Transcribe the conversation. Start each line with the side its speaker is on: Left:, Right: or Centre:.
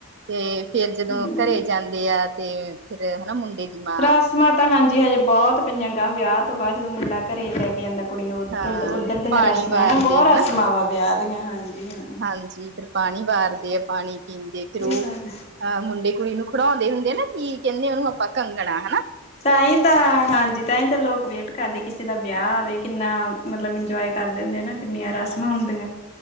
Right: ਤੇ ਫੇਰ ਜਦੋਂ
Left: ਹੂੰ।
Right: ਘਰੇ ਜਾਂਦੇ ਆ ਤੇ ਫਿਰ ਹੈਨਾ ਮੁੰਡੇ ਦੀ ਮਾਂ
Left: ਰਸਮਾਂ ਤਾਂ ਹਾਂਜੀ, ਹਜੇ ਬਹੁਤ ਪਈਆਂ ਗਾਂ ਵਿਆਹ ਤੋਂ ਬਾਅਦ, ਜਦੋਂ ਮੁੰਡਾ ਘਰੇ ਲੈ ਕੇ ਜਾਂਦਾ ਕੁੜੀ ਨੂੰ
Right: ਹਾਂ
Left: ਦੁੱਧ-ਉਦਰ ਦੀਆਂ
Right: ਪਾਣੀ
Left: ਰਸਮਾਂ
Right: ਵਾਰਦੇ
Left: ਹੈਨਾ, ਬਹੁਤ ਰਸਮਾਂ
Right: ਹਨਾ
Left: ਵਾਂ ਵਿਆਹ ਦੀਆਂ ਹਾਂਜੀ-ਹਾਂ।
Right: ਹਾਂਜੀ ਫਿਰ ਪਾਣੀ ਵਾਰਦੇ ਆ, ਪਾਣੀ ਪੀਂਦੇ, ਫਿਰ ਉਹ
Left: ਗੱਲ ਐ
Right: ਅਹ ਮੁੰਡੇ ਕੁੜੀ ਨੂੰ ਖੜਾਉਂਦੇ ਹੁੰਦੇ ਨਾ, ਕੀ ਕਹਿੰਦੇ ਉਹਨੂੰ ਆਪਾਂ ਕੰਗਣਾ ਹੈਨਾ।
Left: ਤਾਂ ਹੀ ਤਾਂ ਹਾਂਜੀ ਤਾਂ ਹੀ ਤਾਂ ਲੋਕ ਵੇਟ ਕਰਦੇ, ਕਿਸੇ ਦਾ ਵਿਆਹ ਆਵੇ ਕਿੰਨਾ ਮਤਲਬ ਇੰਜੋਏ ਕਰਦੇ ਹੁੰਦੇ ਨਾ। ਕਿੰਨੀਆਂ ਰਸਮਾਂ ਹੁੰਦੀਆਂ